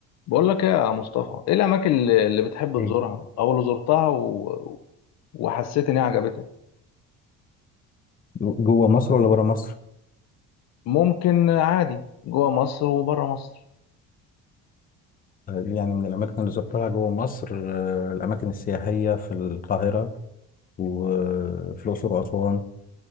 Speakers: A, on the left (about 55°); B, on the left (about 25°).
A: بقول لك ايه يا مصطفى ايه الاماكن اللي اللي بتحب
B: ايه
A: تزورها او اللي زرتها و... وحسيت ان هي عجبتك
B: جو- جوه مصر ولا بره مصر؟
A: ممكن عادي جوه مصر وبره مصر
B: آه، يعني من الأماكن اللي زرتها جوه مصر آه، الأماكن السياحية في القاهرة وفي الأقصر وأسوان